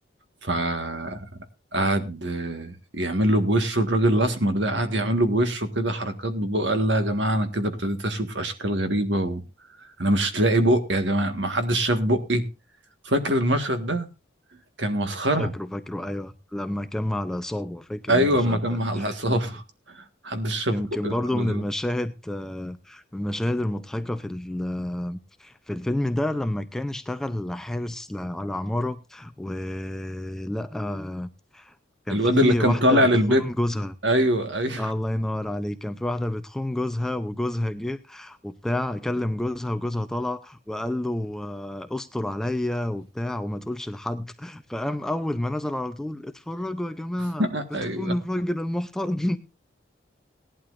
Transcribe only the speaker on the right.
فقعد آه، يعمل له بوشه الراجل الأسمر ده قعد يعمل له بوشه كده حركات ببقه قال لا يا جماعة أنا كده ابتديت أشوف أشكال غريبة وأنا مش لاقي بقي يا جماعة ما حدش شاف بقي فاكر المشهد ده كان مسخرة
أيوة
أما كان
مع العصابة
<laughs> محدش شاف
بقي من
الراجل.
الواد
اللي كان
طالع
للبيت
أيوة أيوة
<laughs>
أيوة